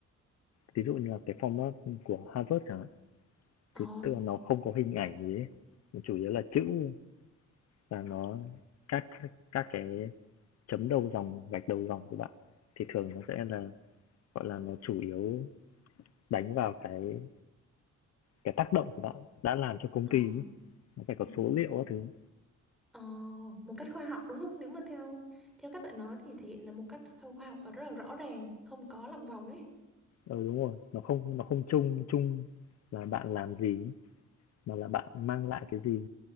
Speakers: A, on the left; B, in the centre.
A: ví dụ như là cái format, của Harvard chẳng hạn.
B: Ồ.
A: thì tức là nó không có hình ảnh gì ấy nó chủ yếu là chữ và nó các các cái chấm đầu dòng gạch đầu dòng của bạn thì thường nó sẽ là gọi là nó chủ yếu đánh vào cái cái tác động của bạn đã làm cho công
B: Ờ.
A: ty ấy. nó phải có
B: Ừ.
A: số liệu các thứ
B: Ờ, một cách khoa học đúng không? Nếu mà theo theo các bạn nói thì thể hiện là một cách khô- khoa học và rất là rõ ràng, không có lòng vòng ấy.
A: ừ đúng rồi nó không nó không chung chung là bạn làm gì mà là bạn mang lại cái gì